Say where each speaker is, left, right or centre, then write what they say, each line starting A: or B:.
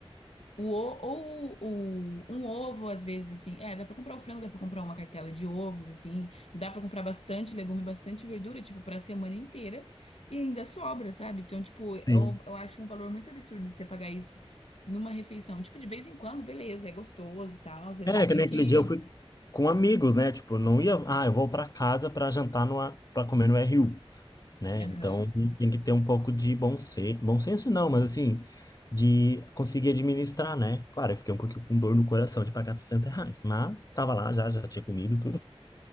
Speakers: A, on the left (about 85°); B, on the left (about 35°).
A: o, o- ou o, um ovo, às vezes, assim. É, dá pra comprar o frango, dá pra comprar uma cartela de ovos, assim. Dá pra comprar bastante legume, bastante verdura, tipo, pra semana inteira. E ainda sobra, sabe? Então, tipo,
B: sim.
A: eu, eu acho um valor muito absurdo você pagar isso numa refeição. Tipo, de vez em quando, beleza, é gostoso e tal. A gente
B: É,
A: tem
B: que nem
A: que.
B: aquele dia eu fui com amigos, né? Tipo, não ia, ah, eu vou pra casa pra jantar no, a para comer no RU. né?
A: Aham.
B: Então tem que ter um pouco de bom senso, bom senso não, mas assim, de conseguir administrar, né? Claro, eu fiquei um pouquinho com dor no coração de pagar 60 reais, mas tava lá já, já tinha comido tudo.